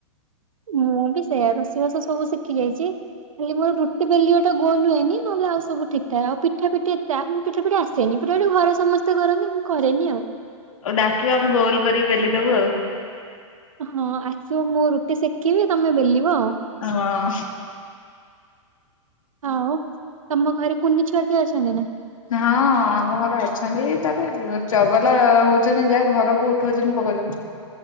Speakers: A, on the right (about 85°); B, on the left (about 80°).
A: ମୁଁ ବି ସେୟା ରୋଷେଇବାସ ସବୁ ଶିଖି ଯାଇଛି। ଖାଲି ମୋର ରୁଟି ବେଲିବା ଟା ଗୋଲ ହୁଏନି ନ ହେଲେ ଆଉ ସବୁ ଠିକ ଠକ ପିଠା ପିଠି ଏତେ ପିଠା ପିଠି ଆସେନି। ଏପଟେଆଡୁ ଘରେ ସମସ୍ତେ କରନ୍ତି ମୁଁ କରେନି ଆଉ।
B: ଅଉ ଡାକିବ ଆମେ ଗୋଲ କରି ବେଲି ଦବୁ ଆଉ।
A: ହଁ ଆସିବ ମୁଁ ରୁଟି ସେକିବି ତମେ ବେଲିବ ଆଉ।
B: ହଁ।
A: ଆଉ ତମ ଘରେ କୁନି ଛୁଆ କିଏ ଅଛନ୍ତି ନା?
B: ହଁ ଆମ ଘରେ ଅଛନ୍ତି। ତାପରେ ଚଗଲା ହଉଚନ୍ତି ଯାହା ଘରକୁ ଉଠଉଚନ୍ତି ପକ୍ ପ୍ରେଗେଁଣ୍ଟ୍।